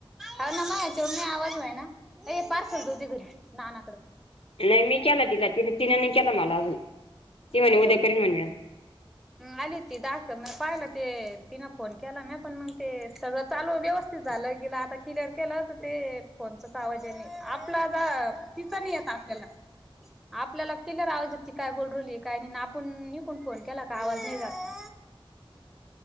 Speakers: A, in the centre; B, on the left.
A: हा ना मा याचेव मी आवाज व आहे ना पार्सल करती घरी नानाकडं.
B: नाही
A: ह
B: मी केला तिला ति तिनेनी केला मला अजून ती म्हणे
A: तिचम्
B: उद्या करीन म्हणे
A: आली ती दाख म पाहिला ते तिन फोन केला म पण मग ते सगळं चालू व्यवस्थित झालं गे आता क्लिअर केलं तर ते फोनचाच आवाज आहे आप तिचा नाही य आपल्याला आपल्याला केल्याज ती काय बोलरली काय नाही आपण इकडून फोन केला का आवाज नाही जातो.